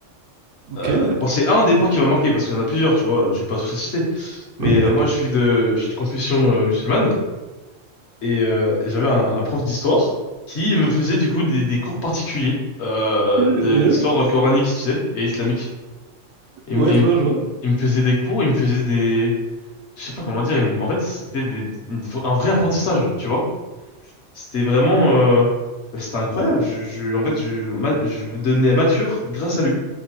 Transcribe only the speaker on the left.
Euh,
bon, c'est un des profs qui m'a marqué, parce qu'il y en a plusieurs, tu vois, je vais pas tous les citer. Mais
euh, moi, je suis de, je suis de confession euh, musulmane, Et, euh, et j'avais un, un prof d'histoire qui me faisait du coup des, des cours particuliers euh,
de l'histoire coranique, tu sais, et islamique.
Il, me il
me-
il me faisait des cours, il me faisait des... Je sais pas comment dire, il me- en fait c'était des- une- un vrai apprentissage, tu vois. C'était vraiment... euh, bah, C'était incroyable. Je, je- en fait, je, ma- je donnais mature grâce à lui.